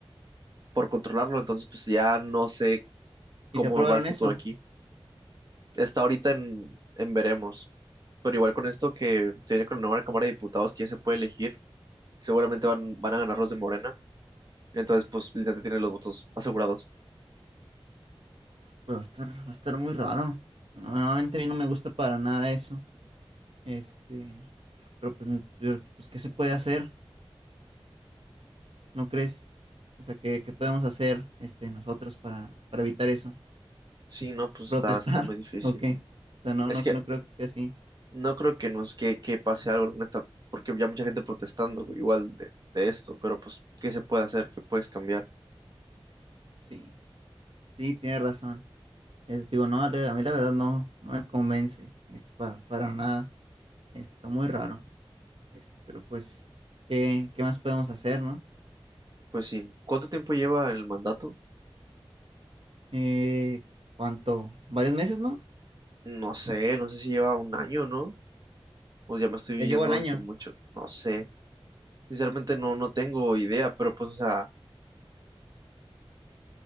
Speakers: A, on the right; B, on the right.
A: por controlarlo. Entonces pues ya no sé
B: ¿y
A: cómo
B: se aprobaron
A: va el futuro
B: eso?
A: aquí. Está ahorita en, en veremos, pero igual con esto que se viene con la nueva Cámara de Diputados que ya se puede elegir, seguramente van, van a ganar los de Morena, entonces pues literalmente tienen los votos asegurados.
B: Pues va a estar, va a estar muy raro. Normalmente a mí no me gusta para nada eso. Este, pero pues, n- pero que- pues ¿qué se puede hacer? ¿No crees? O sea, ¿qué, qué podemos hacer este, nosotros para, para evitar eso?
A: Sí, no, pues
B: ¿Protestar?
A: está, está muy difícil.
B: <laughs> ¿O qué? O sea, no,
A: Es
B: no,
A: que
B: no creo que así.
A: no creo que nos que, que pase algo, la neta, porque ya mucha gente protestando güey, igual de, de esto, pero pues, ¿qué se puede hacer? ¿Qué puedes cambiar?
B: Sí, sí, tienes razón. Este, digo, no, Ale, a mí la verdad no, no me convence este, pa- para nada. Este, está muy raro. Este, pero pues, ¿qué, qué más podemos hacer, no?
A: Pues sí, ¿cuánto tiempo lleva el mandato?
B: Eh, ¿cuánto? ¿Varios meses, no?
A: No sé, no sé si lleva un año, ¿no? pues ya me estoy
B: Ya
A: viendo
B: llegó al año,
A: de que mucho, no sé. Sinceramente no, no tengo idea, pero pues, o sea,